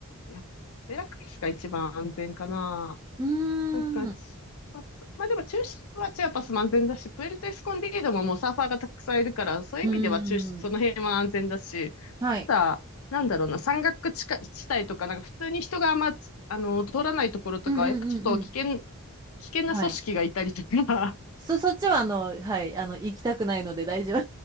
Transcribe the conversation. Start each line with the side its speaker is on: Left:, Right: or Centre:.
Left: いや、ベラクリスが一番安全かな。
Right: うーん。
Left: なんか、チアパス、
Right: う
Left: まあでも中心はチアパスも安全だし、プエルトエスコンディードももうサーファーがたくさんいるから、そういう意味では中心、
Right: ーん。
Left: その辺は安全だし、
Right: はい。
Left: た、なんだろうな、山岳地下地帯とか、なんか普通に人があんま、あの、通らないところとかは、
Right: うんうんうんうん。
Left: やっぱちょっと危険、危険な組織がいたりとか、
Right: はい。そ、そっちはあの、はい、あの、行きたくないので大丈夫。